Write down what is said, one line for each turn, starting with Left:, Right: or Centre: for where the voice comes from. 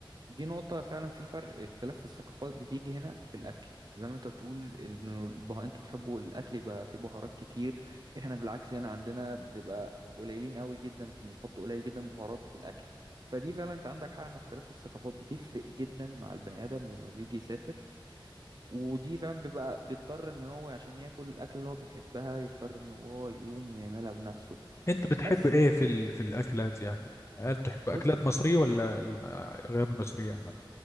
Right: دي نقطة فعلا في فرق اختلاف في الثقافات بتيجي هنا في الأكل زي ما انت بتقول انه البه... انتوا بتحبوا الأكل يبقى فيه بهارات كتير احنا بالعكس هنا عندنا بتبقى قليلين قوي جدا بنحط قليل جدا بهارات في الأكل فدي فعلا انت عندك حق ان اختلاف في الثقافات بتفرق جدا مع البني آدم لما بيجي يسافر ودي فعلا بيبقى بيضطر ان هو عشان ياكل الأكل اللي هو بيحبها يضطر ان هو يقوم ويعملها بنفسه
Left: أنت بتحب
Right: بس
Left: إيه في ال... في الأكلات يعني هل تحب أكلات
Right: بص
Left: مصرية ولا الم- غير مصرية؟